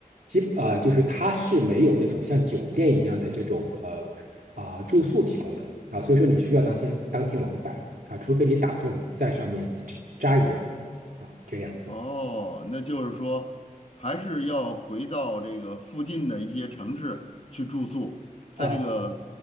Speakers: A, on the right (about 85°); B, on the left (about 50°).
A: 基呃就是它是没有那种像酒店一样的这种呃啊、住宿提供的啊，所以说你需要当天当天往返啊，除非你打算在上面扎扎营啊，这个样子
B: 哦，那就是说，还是要回到这个附近的一些城市去住宿，在这个
A: 啊